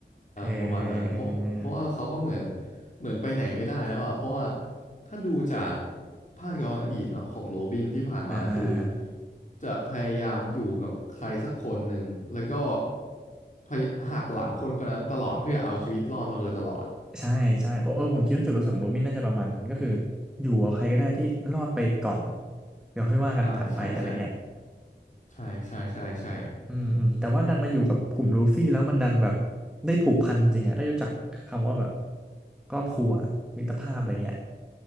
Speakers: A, in the centre; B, on the left.
A: เออเออเออเออ
B: ประมาณนั้น เพราะเพราะว่าเขาก็เหมือน เหมือนไปไหนไม่ได้แล้วอ่ะเพราะว่าถ้าดูจากภาคย้อนอดีตเนาะของโรบินที่ผ่านมาคือ
A: อ่าฮะอ่าฮะ
B: จะพยายามอยู่กับใครสักคนหนึ่งแล้วก็พยหักหลังคนคนนั้นตลอดเพื่อเอาชีวิตรอดมาโดยตลอด
A: ใช่ใช่โอ้เออผมคิดว่าจุดประสงค์ของโรบินน่าจะประมาณนั้นก็คือ
B: ผม
A: อยู่กับใครก็ได้ที่รอดไปก่อนเดี๋ยวค่อยว่ากันถัดไปอะไรเงี้ย
B: อ่าใช่ใช่ใช่ใช่ใช่ใช่
A: อืมอืมแต่ว่าดันมาอยู่กับกลุ่มลูฟี่แล้วมันดันแบบได้ผูกพันจริงๆอะได้รู้จักคำว่าแบบครอบครัวมิตรภาพอะไรเงี้ย